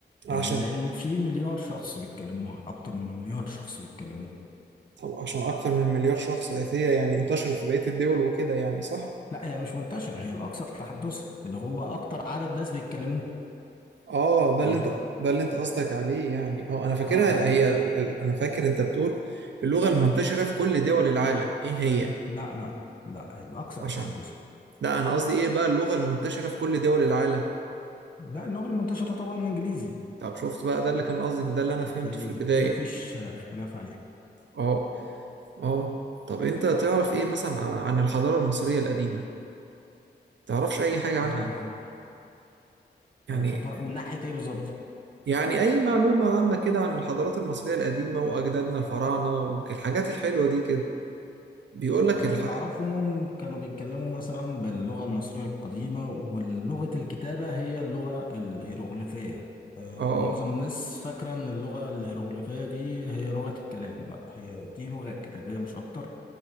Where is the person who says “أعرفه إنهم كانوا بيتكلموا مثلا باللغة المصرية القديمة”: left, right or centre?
Left